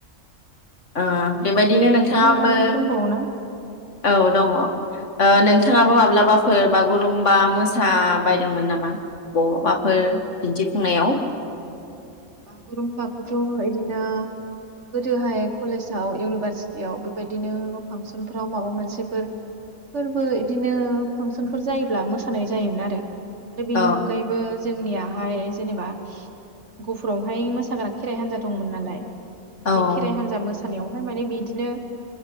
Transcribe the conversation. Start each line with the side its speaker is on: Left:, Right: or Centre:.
Left: ओ बेबायदिनो नोंथाङाबो
Right: आरो दंबावोना
Left: औ दङ । ओ नोंथाङाबो माब्लाबाफोर बागुरुम्बा मोसा बायदोंमोन नामा बबाफोर दिन्थिफुंनायाव?
Right: बागुरुम्बाखौथ बिदिनो गोदोहाय कलेजाव इउनिभारसिटियाव बेबायदिनो फांसनफोराव माबा मोनसेफोर फोरबो बिदिनो फांसनफोर जायोब्ला मोसानाय जायोमोन आरो । आरो बेनि
Left: औ
Right: अनगायैबो जोंनिया हाय जेनबा गफुरावहाय मोसाग्रा खेराइ हान्जा दंमोन नालाय
Left: औ
Right: बे खेराइ हान्जा मोसानायाव ओमफाय माने बिदिनो